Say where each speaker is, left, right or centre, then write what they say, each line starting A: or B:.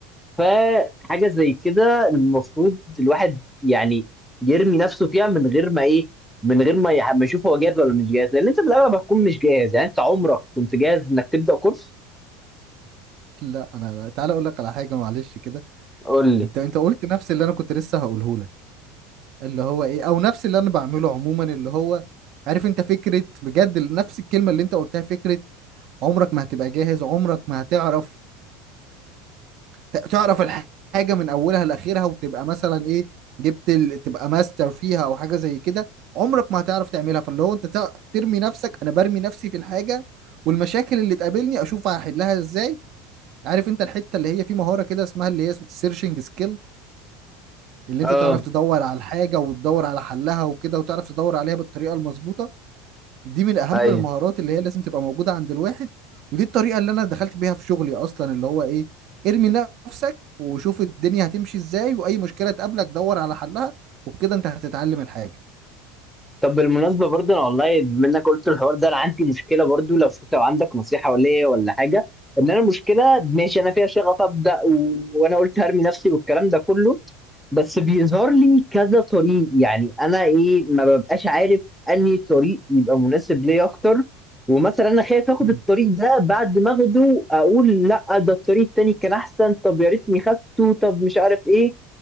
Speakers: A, in the centre; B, on the right.
A: فحاجة زي كده المفروض الواحد يعني يرمي نفسه فيها من غير ما ايه من غير ما يح- ما يشوف هو جاهز ولا مش جاهز لان انت في الاغلب هتكون مش جاهز يعني انت عمرك كنت جاهز انك تبدأ كورس
B: لا أنا لا. تعالى أقول لك على حاجة معلش كده
A: قول لي
B: أنت أنت قلت نفس اللي أنا كنت لسه هقوله لك اللي هو إيه أو نفس اللي أنا بعمله عموما اللي هو عارف أنت فكرة بجد نفس الكلمة اللي أنت قلتها فكرة عمرك ما هتبقى جاهز عمرك ما هتعرف ت- تعرف الحاجه من اولها لاخرها وتبقى مثلا ايه جبت ال... تبقى ماستر فيها او حاجه زي كده عمرك ما هتعرف تعملها فاللي هو انت تع- ترمي نفسك انا برمي نفسي في الحاجه والمشاكل اللي تقابلني اشوف هحلها ازاي عارف انت الحته اللي هي في مهاره كده اسمها اللي هي سيرشنج سكيل اللي انت
A: اه
B: تعرف تدور على الحاجه وتدور على حلها وكده وتعرف تدور عليها بالطريقه المظبوطه دي من اهم
A: ايوه
B: المهارات اللي هي لازم تبقى موجوده عند الواحد ودي الطريقه اللي انا دخلت بيها في شغلي اصلا اللي هو ايه ارمي نفسك وشوف الدنيا هتمشي ازاي واي مشكله تقابلك دور على حلها وبكده انت هتتعلم الحاجه
A: طب بالمناسبة برضه أنا والله منك قلت الحوار ده أنا عندي مشكلة برضه لو شوف لو عندك نصيحة ولا إيه ولا حاجة إن أنا المشكلة ماشي أنا فيها شغف أبدأ و... وأنا قلت هرمي نفسي والكلام ده كله بس بيظهر لي كذا طريق يعني أنا إيه ما ببقاش عارف أنهي طريق يبقى مناسب ليا أكتر ومثلا أنا خايف آخد
B: امم
A: الطريق ده بعد ما آخده أقول لأ ده الطريق التاني كان أحسن طب يا ريتني خدته طب مش عارف إيه